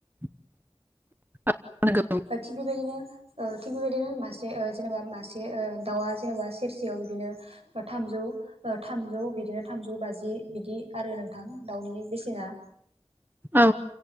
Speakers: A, on the right (about 20°); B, on the right (about 75°).
A: <inaudible> नंगौ
B: थि बेबायदिनो ओ थिग बेबायदिनो मासे ओ जेनेबा मासे ओ दाउआ जेनेबा सेरसेयाव बिदिनो थाम थामजौ थामजौ बिदिनो थामजौ बाजि बिदि आरो नोंथां दाउनि बेसेना
A: औ